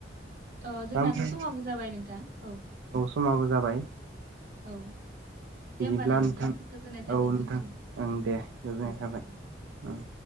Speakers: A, on the right; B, on the right.
A: अ जोंनाथ'
B: दा ओमफ्राय
A: समाबो जाबाय नोंथां औ।
B: समाबो जाबाय।
A: औ। दे
B: बिदिब्ला
A: होमबाना
B: नोंथां
A: गोजोननाय थाबाय
B: औ
A: नोंथांनिसिम
B: नोंथां ओं दे गोजोननाय
A: औ
B: थाबाय
A: औ
B: ओं।